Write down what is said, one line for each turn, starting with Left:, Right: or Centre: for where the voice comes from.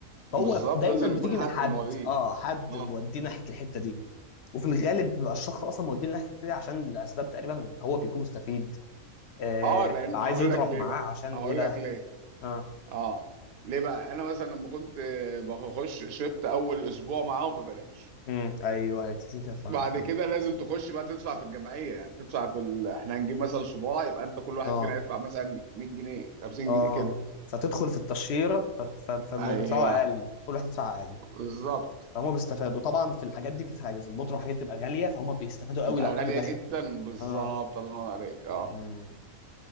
Left: فهو
Right: بالظبط
Left: دايما
Right: لازم
Left: بتيجي
Right: يكون حد
Left: من حد
Right: مواليه
Left: اه حد
Right: اه
Left: موديه ناحيه الحته دي وفي الغالب بيبقى الشخص اصلا موديه ناحيه الحته دي عشان الاسباب تقريبا هو بيكون مستفيد آه
Right: اه لان
Left: عايز
Right: هقول
Left: يضرب
Right: لك ليه
Left: معاه
Right: بقى
Left: عشان
Right: هقول
Left: ايه بقى
Right: لك ليه
Left: اه
Right: اه ليه بقى انا مثلا لما كنت آه، بخش شربت اول اسبوع معاهم ببلاش
Left: امم ايوه هيبتدي كده فعلا
Right: بعد
Left: فعلا.
Right: كده لازم تخش بقى تدفع في الجمعيه يعني تدفع في ال... احنا هنجيب مثلا صباع يبقى انت كل واحد
Left: اه
Right: فينا يدفع مثلا 100 جنيه 50
Left: اه
Right: جنيه كده
Left: فتدخل في التشهيره ف- ف- فالمواد
Right: ايوه
Left: بتاعه اقل كل واحد يدفع اقل
Right: بالظبط
Left: فهم بيستفادوا طبعا في الحاجات دي في حاجه زي البودره والحاجات دي بتبقى غاليه فهم بيستفادوا
Right: بتبقى
Left: قوي لو حد
Right: غالية
Left: دخل
Right: جدا بالظبط
Left: اه
Right: الله ينور عليك اه
Left: امم